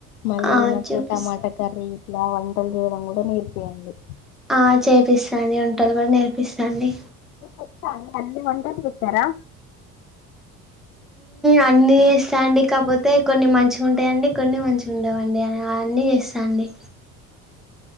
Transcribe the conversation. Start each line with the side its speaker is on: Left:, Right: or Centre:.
Left: మళ్ళీ
Centre: ఆ
Left: నాకు
Centre: చూపిస్తా
Left: టమాట కర్రీ ఇలా వంటలు చేయడం కూడ నేర్పియండి
Centre: ఆ చేపిస్తా అండి వంటలు కూడా నేర్పిస్తాండి
Left: మీకు వచ్చా అండి అన్ని వంటలు చేస్తారా
Centre: అన్నీ చేస్తా అండి కాకపోతే కొన్ని మంచిగుంటయండి కొన్ని మంచిగుండవండి అ అన్నీ చేస్తా అండి